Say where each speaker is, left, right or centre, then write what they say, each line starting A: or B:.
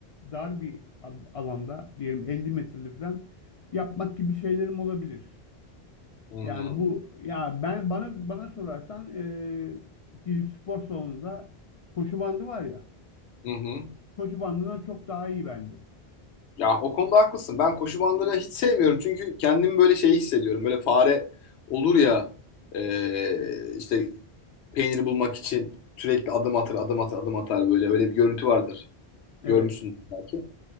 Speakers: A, on the left (about 55°); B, on the left (about 85°).
A: dar bir a- alanda diyelim 50 metreli falan yapmak gibi şeylerim olabilir.
B: Hı hı.
A: Yani bu ya ben bana bana sorarsan eee gidip spor salonunda koşu bandı var ya.
B: Hı hı.
A: Koşu bandından çok daha iyi bence.
B: Ya o konuda haklısın. Ben koşu bandını hiç sevmiyorum. Çünkü kendimi böyle şey hissediyorum. Böyle fare olur ya e, işte peyniri bulmak için sürekli adım atar, adım atar, adım atar böyle. Öyle bir görüntü vardır. Görmüşsün
A: Evet.
B: belki.